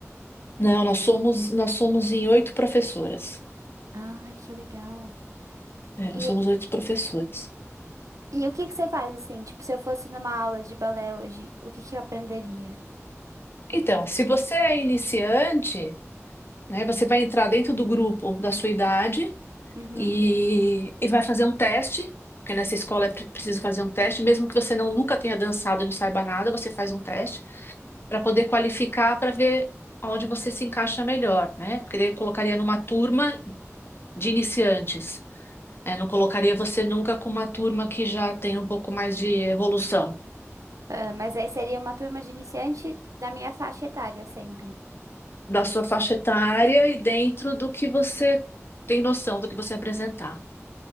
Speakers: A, on the left (about 45°); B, on the right (about 85°).
A: Não, nós somos, nós somos em oito professoras.
B: Ai, que legal.
A: É, nós
B: E,
A: somos oito professoras.
B: e o que que você faz assim? Tipo, se eu fosse numa aula de balé hoje, o que que eu aprenderia?
A: Então, se você é iniciante, né, você vai entrar dentro do grupo da sua idade
B: Uhum.
A: e, e vai fazer um teste, porque nessa escola é pre- preciso fazer um teste, mesmo que você não nunca tenha dançado e não saiba nada, você faz um teste para poder qualificar para ver onde você se encaixa melhor, né? Porque daí eu colocaria numa turma de iniciantes. É, não colocaria você nunca com uma turma que já tem um pouco mais de evolução
B: Ah, mas aí seria uma turma de iniciante da minha faixa etária sempre.
A: da sua faixa etária e dentro do que você tem noção do que você apresentar,